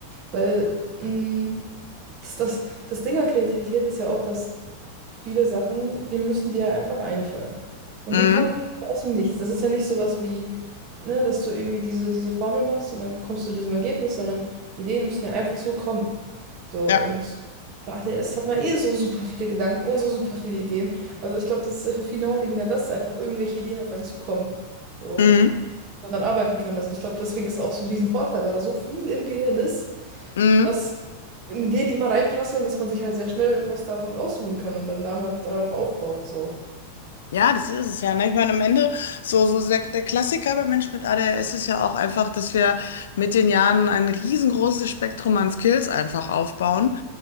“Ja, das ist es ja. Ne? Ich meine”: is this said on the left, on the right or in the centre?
Left